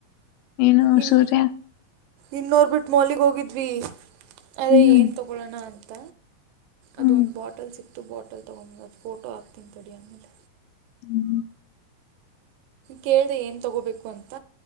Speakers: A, on the left; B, on the right.
A: ಏನು
B: ಇನ್
A: ಸೂರ್ಯ
B: ಇನ್ನೋರ್ ಬಿಟ್ ಮೊಲಿಗ್ ಹೋಗಿದ್ವಿ. ಅದೇ
A: ಹ್ಮ್
B: ಏನ್ ತಗೊಳಣ ಅಂತ ಅದೆ
A: ಹ್ಮ್
B: ಒಂದ್ ಬಾಟಲ್. ಸಿಕ್ತು ಬಾಟಲ್ ತೊಗೊಂಬ ಅ ಫೋಟೊ ಹಾಕ್ತನಿ ತಡಿ ಆಮೇಲೆ.
A: ಹ್ಮ್
B: ಕೇಳ್ದೆ ಏನ್ ತಗೋಬೇಕು ಅಂತ